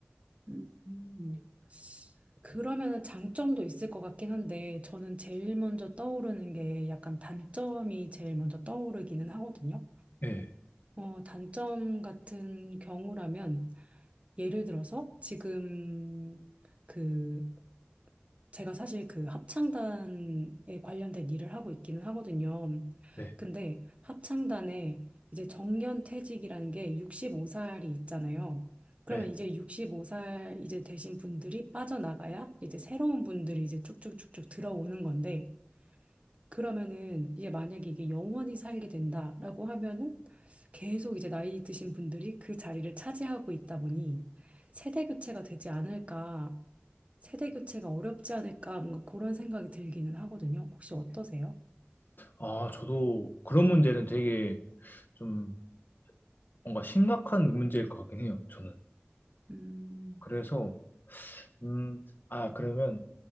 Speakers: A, on the right; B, on the left.
A: 음, 음. 그러면은 장점도 있을 것 같긴 한데 저는 제일 먼저 떠오르는 게 약간 단점이 제일 먼저 떠오르기는 하거든요.
B: 네,
A: 어, 단점 같은 경우라면 예를 들어서 지금 그 제가 사실 그 합창단에 관련된 일을 하고 있기는 하거든요.
B: 네,
A: 근데 합창단에 이제 정년퇴직이라는 게 65살이 있잖아요. 그러면
B: 네.
A: 이제 65살 이제 되신 분들이 빠져나가야 이제 새로운 분들이 이제 쭉쭉쭉쭉 들어오는 건데 그러면은 이게 만약에 이게 영원히 살게 된다라고 하면은 계속 이제 나이 드신 분들이 그 자리를 차지하고 있다 보니 세대 교체가 되지 않을까 세대 교체가 어렵지 않을까 뭔가 그런 생각이 들기는 하거든요. 혹시 어떠세요?
B: 아, 저도 그런 문제는 되게 좀 뭔가 심각한 문제일 것 같긴 해요, 저는.
A: 음,
B: 그래서, 음, 아, 그러면